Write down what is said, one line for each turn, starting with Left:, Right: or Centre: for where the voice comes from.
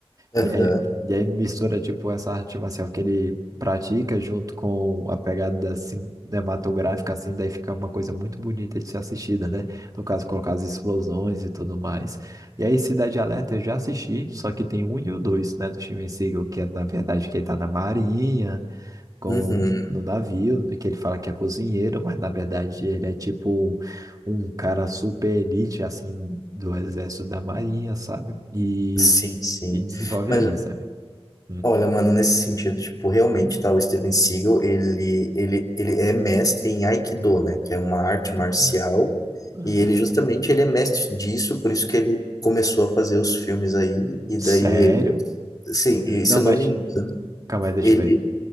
Left: Aham.
Right: E aí, e aí mistura, tipo, essa arte marcial que ele pratica junto com a pegada cinematográfica, assim, daí fica uma coisa muito bonita de ser assistida, né? No caso, colocar as explosões e tudo mais. E aí, Cidade Alerta eu já assisti, só que tem um e o dois, né? Do Steven Seagal, que é, na verdade, que ele tá na Marinha com
Left: Uhum.
Right: no navio, que ele fala que é cozinheiro, mas na verdade ele é tipo um cara super elite, assim, do exército da marinha, sabe? E,
Left: Sim, sim.
Right: e desenvolve
Left: Mas
Right: aí, sabe? Hum.
Left: olha, mano, nesse sentido, tipo, realmente, tá, o Steven Seagal, ele, ele, ele é mestre em Aikido, né, que é uma arte marcial,
Right: Aham, aham.
Left: e ele justamente ele é mestre disso, por isso que ele começou a fazer os filmes aí, e
Right: Sério?
Left: daí, sim, e se
Right: Não,
Left: eu
Right: mas
Left: não me engano,
Right: calma aí, deixa
Left: ele,
Right: eu ver.